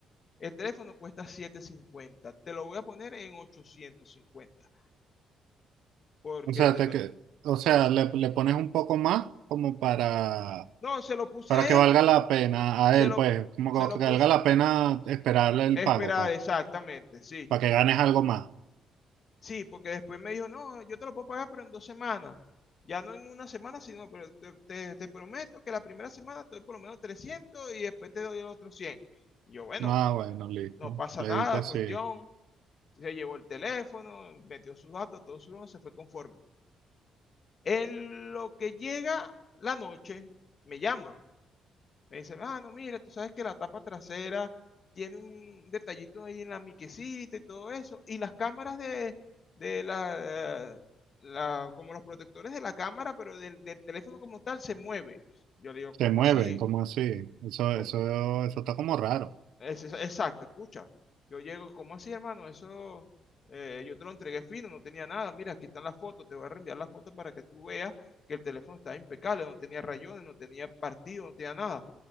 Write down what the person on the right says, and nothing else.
O sea,
te,
que- o sea le, le pones un poco más como para,
para
que valga
la pena a
él,
pues, como
que valga
la pena esperarle el
pago, pues,
para que ganes algo más.
Ah, bueno, listo.
Le
diste
sí.
Se
mueven,
como así? Eso,
eso, eso está como raro.